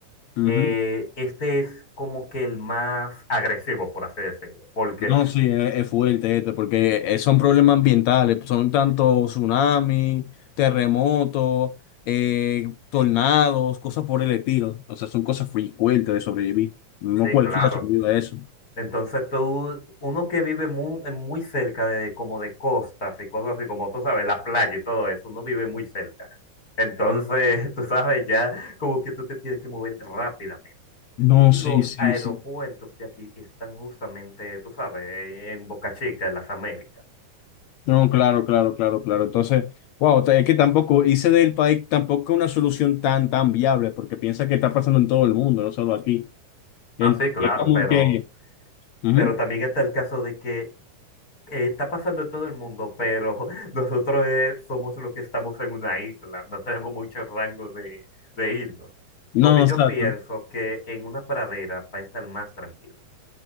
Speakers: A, on the left; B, on the left.
A: Ujú.
B: Eh, este es como que el más agresivo, por así decirlo, porque
A: No, sí, es, es fuerte esto, porque eh, son problemas ambientales, son tanto tsunamis, terremotos, eh, tornados, cosas por el estilo. O sea, son cosas muy fuertes de sobrevivir. No
B: sí,
A: cualquiera
B: claro.
A: sobrevive a eso.
B: Entonces tú, uno que vive muy, muy cerca de como de costas y cosas así, como tú sabes, la playa y todo eso, uno vive muy cerca. Entonces, <laughs> tú sabes, ya como que tú te tienes que mover rápidamente.
A: No,
B: Y
A: sí,
B: los
A: sí,
B: aeropuertos
A: sí.
B: de aquí están justamente, tú sabes, en Boca Chica, en las Américas.
A: No, claro, claro, claro, claro. Entonces, wow, es que tampoco hice del país tampoco una solución tan, tan viable, porque piensa que está pasando en todo el mundo, no solo aquí. El-
B: Ah, sí, claro,
A: Es como
B: pero,
A: que, ujú.
B: pero también está el caso de que eh, está pasando en todo el mundo, pero <laughs> nosotros eh, somos los que estamos en una isla, no tenemos mucho rango de, de irnos.
A: No,
B: Porque
A: no,
B: yo
A: exacto.
B: pienso que en una pradera va a estar más tranquilo.